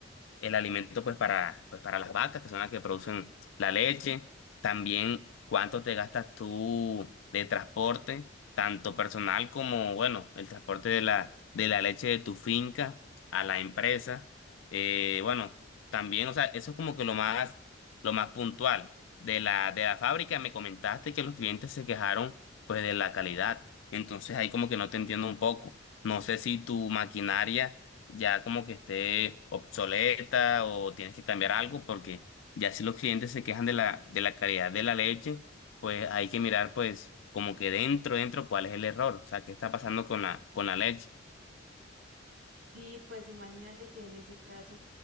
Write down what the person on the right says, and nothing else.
Sí, pues imagínate que en ese caso,